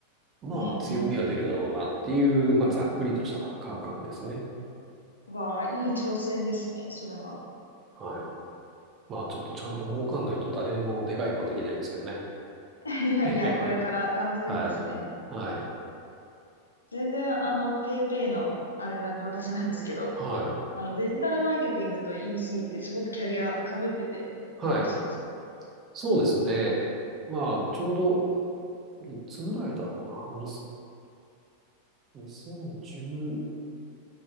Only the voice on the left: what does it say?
うんうん。
わあ、いい挑戦ですね、それは。
<laughs> いやいや、
これから楽しみですね。
全然、あの、ペイペイの、あれな、私なんですけど、
あの、デジタルマーケティングと EC ってすごくキャリア被ってて、
びっくりしました。